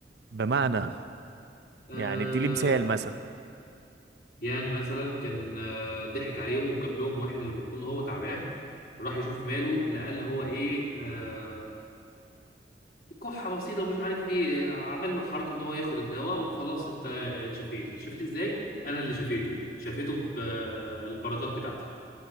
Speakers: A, on the right (about 65°); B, on the left (about 55°).
A: بمعنى
B: آه
A: يعني ادي لي مثال مثلا
B: يعني مثلا كان آه ضحك عليهم وجاب لهم واحد اللي المفروض ان هو تعبان راح يشوف ماله لقى اللي هو ايه آه كحة بسيطة ومش عارف ايه عمل له حركة ان هو ياخد الدواء وخلاص انت اتشفيت اتشفيت ازاي؟ انا اللي شفيته شفيته بالبركات بتاعتي